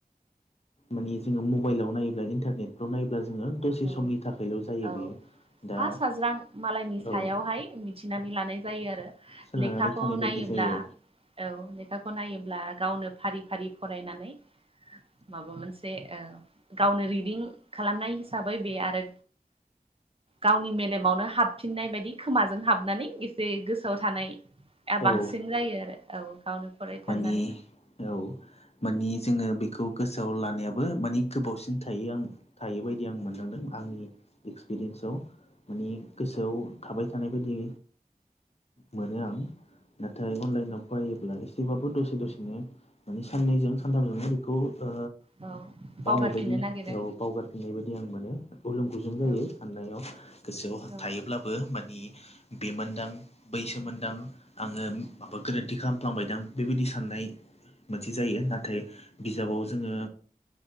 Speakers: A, on the left; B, on the right.
A: माने जोङो मबाइलाव नायोब्ला इन्टारनेटफ्राव नायोब्ला जोङो दसे
B: औ
A: समनि थाखायल' जायो
B: औ
A: बेयो। दा
B: सा साज्रां मालायनि
A: औ
B: सायावहाय मिथिनानै लानाय जायो आरो।
A: सोनारनानै
B: लेखाखौ
A: थानाय बायदि
B: नायोब्ला
A: जायो
B: औ लेखाखौ नायोब्ला गावनो फारि फारि फरायनानै माबा मोनसे ओ गावनो रिदिं खालामनाय जाबाय बे आरो गावनि मेलेमावनो हाबफिननाय बायदि खोमाजों हाबनानै एसे गोसोआव थानाय या
A: औ
B: बांसिन जायो आरो औ गावनो फरायथारनानै
A: माने औ माने जोङो बेखौ गोसोआव लानायाबो मानि गोबावसिन थायो आं थायो बायदि आं मोनदांदों आंनि एक्सपिरियेन्सआव। माने गोसोआव थाबाय थानाय बायदि मोनो आं। नाथाय अनलाइनाव फरायोब्ला एसेबाबो दसे दसेनो माने साननैजों सानथामजोंनो बेखौ ओ
B: औ बावगारफिननो
A: बावनाय बायदि
B: नागिरो
A: औ बावगार फिनाय बायदि आं मोनो गुलुं गुजुं जायो
B: औ
A: हाननायाव गोसोआव
B: औ
A: थायोब्लाबो मानि बेमोनदां बैसोमोनदां आङो माबा गोरोन्थि खालामफ्लांबायदां बेबायदि साननाय मोनसे जायो नाथाय बिजाबाव जोङो